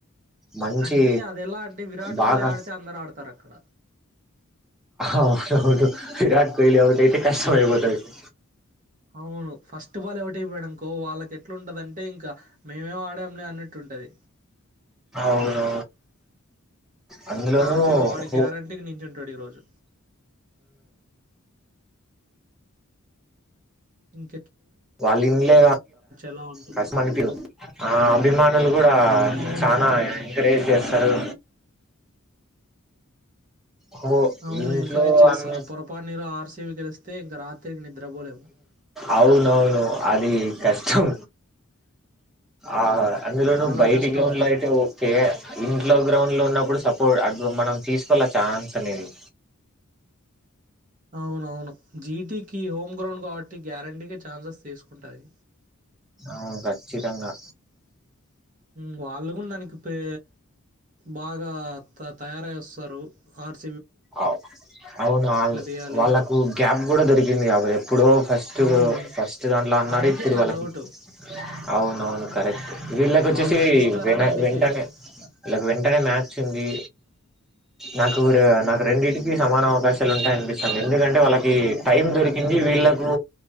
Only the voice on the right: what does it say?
అంటే అదెలా అంటే విరాట్
కోహ్లీ ఆడితే అందరాడతారక్కడ.
అవును ఫస్ట్ బాల్ ఎవటియిపోయాడునుకో వాళ్ళకి ఎట్లా ఉంటుందంటే ఇంకా మేమే ఆడామని అన్నట్టు ఉంటుంది
కాబట్టి వాడు
గ్యారంటీగా నించుంటాడు ఈరోజు. హ
ఎలా ఉంటుందో.
అవునవును.
అవును.
ఎంకరేజ్ చేస్తారు.
పొరపాటున ఈరోజు ఆర్‌సీబీ గెలిస్తే ఇంక రాత్రికి నిద్రపోలేము.
చాలా
కష్టం అది.
అవునవును జీటికి హోమ్ గ్రౌండ్ కాబట్టి గ్యారంటీకి ఛాన్సెస్ తీసుకుంటుంది
ఉమ్ వాళ్ళ ఉన్నాదపే బాగా‌ త తయారయివస్తారు హార్ట్
తీయాలి.
అవును.
అందుకే
నా
డౌటు.
వాళ్ళు గెలుస్తారని
అందుకే.